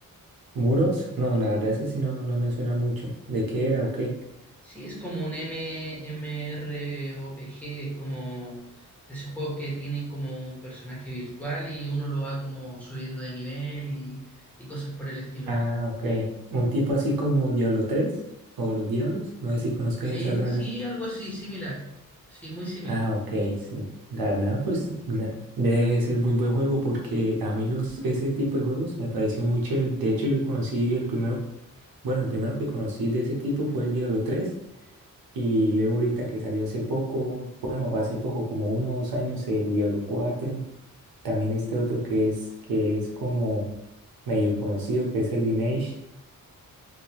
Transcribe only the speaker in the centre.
Sí, es como un MMORPG, es como de esos juegos que tienen como un personaje virtual y uno lo va como subiendo de nivel y, y cosas por el estilo.
Sí,
sí, algo así, similar. Sí, muy similar.